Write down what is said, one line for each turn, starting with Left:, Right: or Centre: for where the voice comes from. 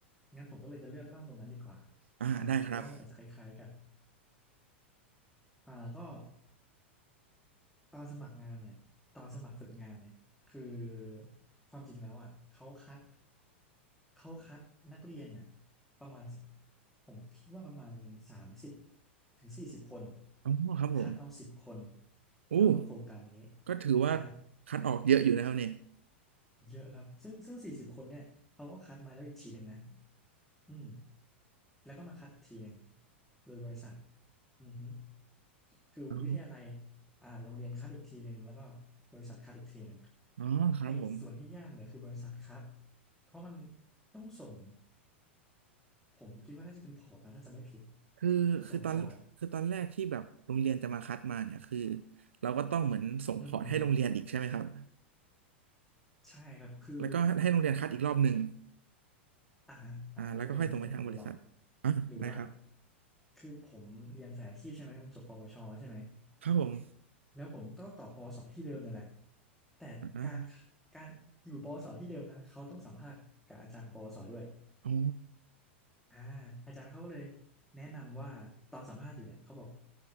Centre: งั้นผมก็เลยจะเลือกเล่าตรงนั้นดีกว่า
Right: อ่าได้ครับ
Centre: อ่าเพราะว่ามันอาจจะคล้ายๆกันอ่าก็ ตอนสมัครงานเนี่ย ตอนสมัครฝึกงานเนี่ยคือความจริงแล้วอ่ะ เขาคัด เขาคัดนักเรียนน่ะประมาณผมคิดว่าประมาณสามสิบถึงสี่สิบคน
Right: อ๋อครับผม
Centre: คัดเอาสิบคนเข้าโครงการนี้
Right: อู้ก็ถือว่า
Centre: อ่า
Right: คัดออกเยอะอยู่นะครับเนี่ย
Centre: เยอะครับ ซึ่งซึ่งสี่สิบคนเนี่ยเขาก็คัดมาแล้วอีกทีหนึ่งนะ อืมแล้วก็มาคัดอีกทีหนึ่งโดยบริษัทอือฮึคือวิทยาลัย
Right: อ๋อ
Centre: อ่าโรงเรียนคัดอีกทีหนึ่งแล้วก็บริษัทคัดอีกทีหนึ่ง
Right: อ๋อครับผม
Centre: ไอ้ส่วนที่ยากเนี่ยคือบริษัทคัดเพราะมันต้องส่งผมคิดว่าน่าจะเป็นพอร์ตนะถ้าจะไม่ผิด
Right: คือคือตอนคือตอนแรกที่แบบโรงเรียนจะมาคัดมาเนี่ยคือ
Centre: ส่งพอร์ต
Right: เราก็ต้องเหมือนส่งพอร์ตให้โรงเรียนอีกใช่ไหมครับ
Centre: อือฮึใช่ครับคือ
Right: แล้วก็ให้โรงเรียนคัดอีกรอบหนึ่ง
Centre: อ่าอ่ามันจะเป็นอย่างนี้เดี๋ยวผมจะลอง
Right: อ่าแล้วก็ค่อยส่งไปทางบริษัทอ่าได้ครับ
Centre: ดูว่าคือผมเรียนสายอาชีพใช่ไหมมันจบปวชใช่ไหม
Right: ครับผม
Centre: แล้วผมก็ต่อปอสอที่เดิมนี่แหละแต่การ
Right: อ่า
Centre: การอยู่ปวสอที่เดิมนะเขาต้องสัมภาษณ์กับอาจารย์ของปวสอด้วย
Right: อ๋อ
Centre: อ่าอาจารย์เขาก็เลยแนะนำว่าตอนสัมภาษณ์อยู่เนี่ยเขาบอก